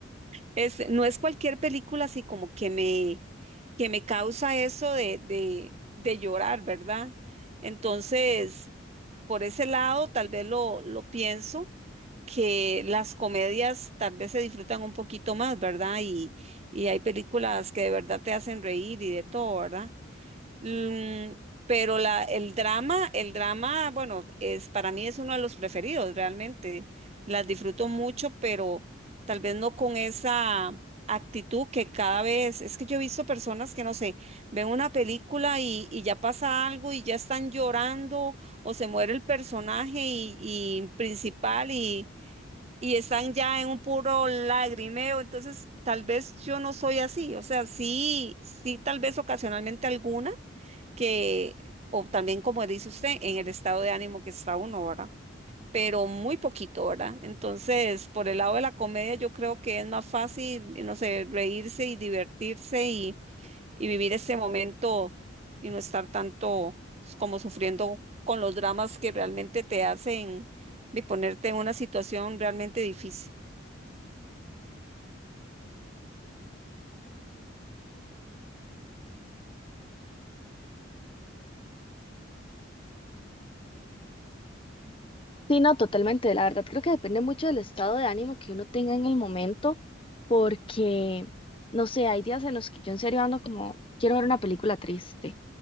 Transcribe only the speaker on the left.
Sí, no, totalmente. La verdad creo que depende mucho del estado de ánimo que uno tenga en el momento, porque, no sé, hay días en los que yo en serio ando como, quiero ver una película triste